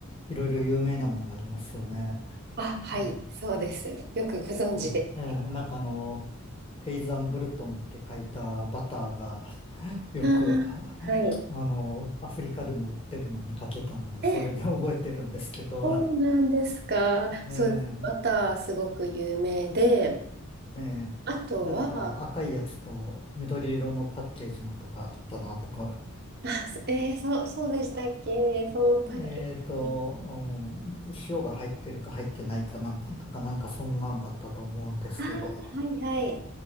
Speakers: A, on the left (about 25°); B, on the right (about 50°).
A: いろいろ有名なもんがありますよね。
B: あ、はい、
A: うん
B: そうです。よくご存知で。
A: うんええ、なんかあの、ペイザンブルトンって書いたバターが <laughs> よく、
B: あ
A: あ <laughs>
B: あはい。
A: あの、アフリカでも売ってるの見かけたので、
B: え、
A: それで <laughs> 覚えてるんですけど、
B: そうなんですか。
A: え
B: そうですね。バターすごく有名で、
A: え、ええ、
B: あとは、
A: なんか赤いやつと緑色のパッケージのとかあったなとか、
B: あ、そえーそう、そうでしたっけそのパッケージ。
A: えっと、うん、塩が入ってるか入ってないかなんかとか、なんかそんなんだったと思うんですけど、
B: ああはいはい。